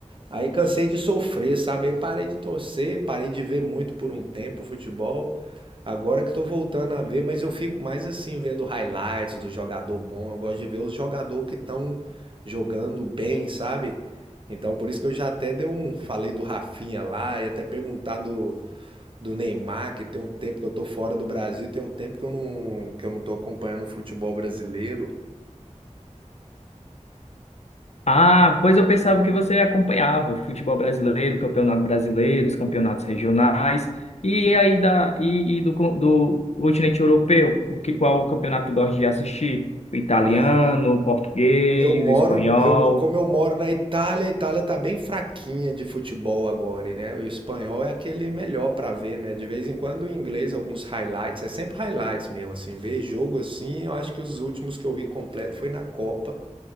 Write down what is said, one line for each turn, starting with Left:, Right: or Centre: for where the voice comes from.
Right: Aí cansei de sofrer, sabe? Aí parei de torcer, parei de ver muito por um tempo o futebol. Agora que tô voltando a ver, mas eu fico mais assim, vendo highlights do jogador bom. Eu gosto de ver os jogadores que estão jogando bem, sabe? Então por isso que eu já até dei um, falei do Rafinha lá e até perguntar do, do Neymar, que tem um tempo que eu tô fora do Brasil, tem um tempo que eu não, que eu não tô acompanhando o futebol brasileiro.
Left: Ah, pois eu pensava que você acompanhava o futebol brasileiro, o campeonato brasileiro, os campeonatos regionais e aí da e, e do, con- do continente europeu, o que qual campeonato tu gosta de assistir? O italiano,
Right: Olha,
Left: o português,
Right: Eu moro,
Left: o espanhol.
Right: eu, como eu moro na Itália, a Itália tá bem fraquinha de futebol agora, e, né? E o espanhol é aquele melhor pra ver, né? De vez em quando o inglês, alguns highlights, é sempre highlights mesmo, assim, ver jogo assim, eu acho que os últimos que eu vi completo foi na Copa,